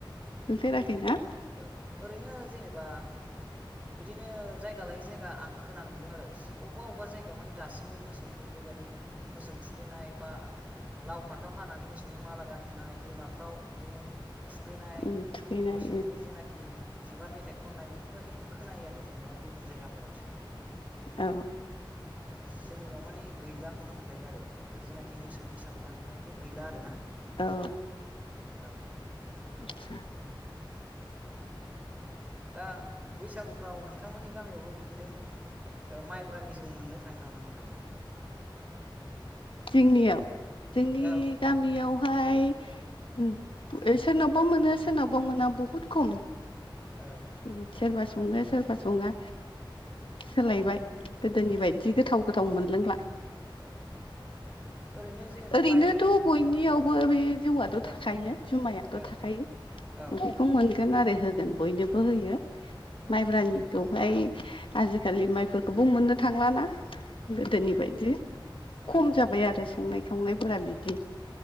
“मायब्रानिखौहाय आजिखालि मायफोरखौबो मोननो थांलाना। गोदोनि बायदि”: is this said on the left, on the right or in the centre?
Left